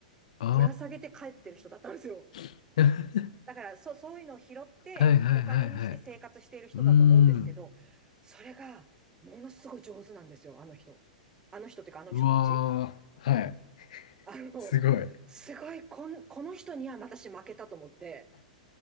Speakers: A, on the left; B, on the right.
A: あ
B: ぶら下げて帰ってる人だったんですよ。
A: あ。<laughs> は
B: だから、そ、そういうのを拾って、
A: いはいはいはい。
B: お金にして生活している人だと思うんですけど、
A: うーん。
B: それが、ものすごい上手なんですよ、あの人。あの人っていうか、あの人たち。
A: うわー。はい。
B: あの、
A: すごい。
B: すごい、こん、この人には私負けたと思って、